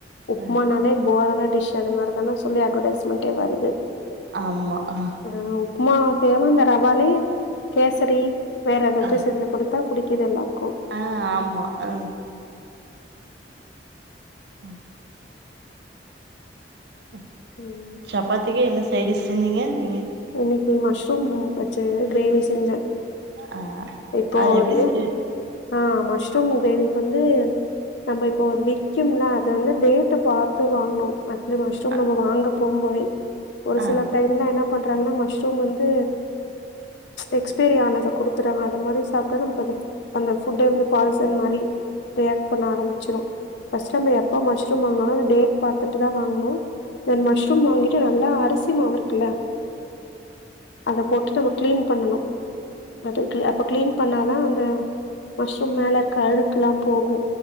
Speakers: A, on the left (about 75°); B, on the right (about 65°).
A: உப்மானாலே
B: ஆ
A: போரான டிஷ் அது மாரிதானா சொல்லி அட்வடைஸ்மெண்டே வருது
B: ஆமா ஆ
A: ஒரு உப்புமா செய்யாமா அந்த ரவாலேயே கேசரி வேற ஏதாச்சு
B: ஆ
A: செஞ்சு குடுத்தா புடிக்கிது எல்லார்க்கு
B: ஆ, ஆமா, அ ம் ம்,
A: ம்
B: சப்பாத்திக்கே என்ன சைடிஸ் செஞ்சிங்க நீங்க
A: இன்னைக்கி மஷ்ரூம் வச்சு கிரேவி செஞ்சே
B: ஆ
A: இப்போ
B: அது எப்டி
A: ரேட்
B: செய்
A: ஆ, மஷ்ரூம் கிரேவி வந்து நம்ப இப்போ அது வி க்கிம்ல அத வந்து டேட்ட பாத்து வாங்கனு மந்த்லி மஷ்ரூம்
B: ஆ
A: நம்ம வாங்க போகும் போது ஒரு
B: ஆ
A: சில டைம்ல என்ன பண்றாங்கன்னா மஷ்ரூம் வந்து எக்ஸ்பரி ஆனத குடுத்துட்றாங்க அது மாரி சாப்ட்ட நமக்கு அது அந்த ஃபுட்டே வந்து பாய்சன் மாரி ரியாக்ட் பண்ண ஆரம்பிச்சிடு, ஃபஸ்ட் நம்ம எப்ப மஷ்ரூம் வாங்குனாலு அத டேட் பாத்துட்டுதா வாங்கு தென் மஷ்ரூம் வாங்கிட்டு நல்லா அரிசிமாவு இருக்குல்ல அத போட்டு நம்ம கிளீன் பண்ணணு அது அப்ப கிளீன் பண்ணாதா அந்த மஷ்ரூம் மேல இருக்ற அழுக்குல்லா போகு